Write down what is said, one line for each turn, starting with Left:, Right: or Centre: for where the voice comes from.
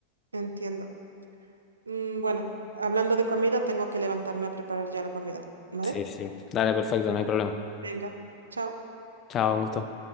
Right: Entiendo. Mm, bueno, hablando de comida, tengo que levantarme a preparar ya la comida, ¿vale?
Left: Sí, sí. Dale, perfecto, no hay problema.
Right: Venga, chao.
Left: Chao, un gusto.